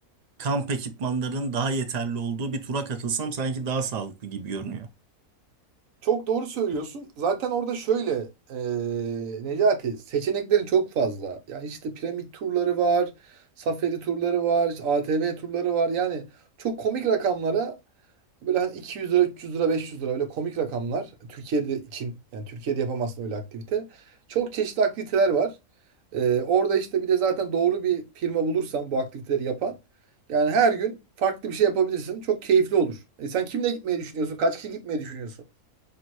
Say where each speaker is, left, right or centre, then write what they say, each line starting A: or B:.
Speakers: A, on the right; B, on the right.
A: kamp ekipmanlarının daha yeterli olduğu bir tura katılsam sanki daha sağlıklı gibi görünüyor.
B: Çok doğru söylüyorsun. Zaten orada şöyle eee, Necati seçeneklerin çok fazla. Yani işte piramit turları var, safari turları var, işte ATV turları var. Yani çok komik rakamlara böyle hani 200 lira, 300 lira, 500 lira öyle komik rakamlar. Türkiye'de için yani Türkiye'de yapamazsın öyle aktivite. Çok çeşitli aktiviteler var. Eee, orada işte bir de zaten doğru bir firma bulursan bu aktiviteleri yapan yani her gün farklı bir şey yapabilirsin. Çok keyifli olur. E, sen kimle gitmeyi düşünüyorsun? Kaç kişi gitmeyi düşünüyorsun?